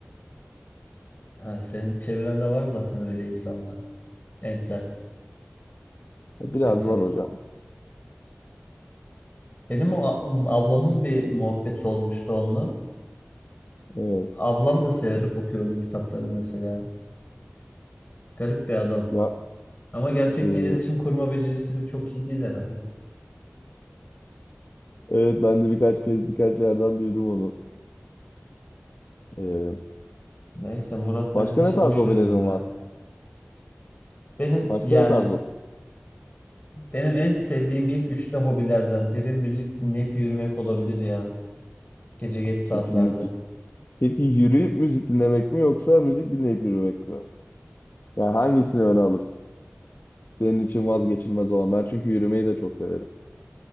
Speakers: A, on the left (about 40°); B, on the left (about 55°).
A: ha, senin çevrende var zaten öyle insanlar. Entel,
B: Biraz
A: entelek.
B: var hocam.
A: Benim o a- ablamın bir muhabbeti olmuştu onunla.
B: Evet.
A: Ablam da severek okuyor onun kitaplarını mesela. Garip bir adam.
B: Ya
A: Ama gerçekte
B: e,
A: iletişim kurma becerisi bir çok iyi değil herhalde.
B: evet ben de birkaç kez birkaç yerden duydum onu. E,
A: Neyse Murat Menteş'i
B: başka ne tarz
A: boş
B: hobilerin
A: verelim ya.
B: var?
A: Benim
B: Başka
A: yani
B: ne tarz? ho-
A: benim en sevdiğim ilk üçte hobilerden biri müzik dinleyip yürümek olabilir ya. Gece geç
B: Kesinlikle.
A: saatlerde.
B: Peki yürüyüp müzik dinlemek mi yoksa müzik dinleyip yürümek mi? Yani hangisini öne alırsın? Senin için vazgeçilmez olan. Ben çünkü yürümeyi de çok severim.